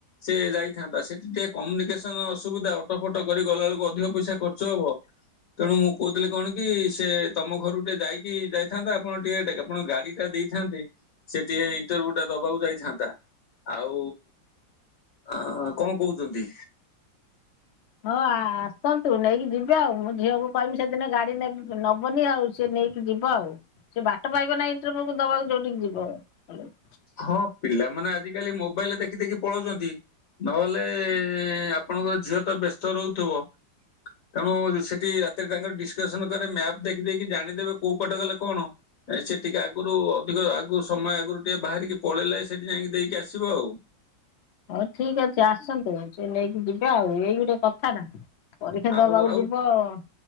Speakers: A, on the left (about 55°); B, on the left (about 80°).
A: ସେ ଯାଇଥାନ୍ତା। ସେଠି ଟିକେ କମ୍ୟୁନିକେସ କାରଣ ଅସୁବିଧା ଅଟୋ ଫଟ କରି ଗଲାବେଳକୁ ଅଧିକ ପଇସା ଖର୍ଚ୍ଚ ହବ। ତେଣୁ ମୁ କହୁଥିଲି କଣ କି ସେ ତମ ଘରୁଟେ ଯାଇକି ଯାଇ ଥାନ୍ତା। ଆପଣ ଟିକେ ଆପଣ ଗାଡି ଟା ଦେଇଥାନ୍ତେ ସେ ଟିକେ ଇଣ୍ଟରଭ୍ୟୁ ଟା ଦବାକୁ ଯାଇଥାନ୍ତା। ଆଉ ଅ କଣ କହୁଛନ୍ତି?
B: ହଁ ଆ ଆସନ୍ତୁ ନେଇକି ଯିବେ ଆଉ ମୁଁ ଝିଅକୁ କହିବି ସେଦିନ ଗାଡି ନେ ନବନି ଆଉ। ସେ ନେଇକି ଯିବ ଆଉ, ସେ ବାଟ ପାଇବ ନାହି ଇଣ୍ଟରଭ୍ୟୁକୁ ଦବାକୁ ଯୋଉଠିକି ଯିବ। କଲେଜ
A: ହଁ ପିଲାମାନେ ଆଜିକାଲି ମୋବାଇଲରେ ଦେଖି ଦେଖି ପଳଉଛନ୍ତି। ନହେଲେ ଆପଣଙ୍କର ଝିଅ ତ ବ୍ୟସ୍ତ ରହୁଥିବ। <unintelligible> ସେଠି ରାତିରେ ତାଙ୍କର ଡିସକସନ କରେ ମ୍ୟାପ୍ ଦେଖିଦେକି ଜାଣିଦେବେ କୋଉ ପଟେ ଗଲେ କଣ। ସେ ଟିକେ ଆଗରୁ ଅଧିକ ଆଗରୁ ସମୟ ଆଗରୁ ଟିକେ ବାହାରିକି ପଳେଇଲେ ସେଠି ଯାଇକି ଦେଇକି ଆସିବ ଆଉ।
B: ହଉ ଠିକ ଅଛି ଆସନ୍ତୁ ସେ ନେଇକି ଯିବେ ଆଉ ଏଇ ଗୋଟେ କଥାନା। ପରୀକ୍ଷା
A: ଆଉ
B: ଦବାକୁ
A: ଆଉ
B: ଯିବ ଆଉ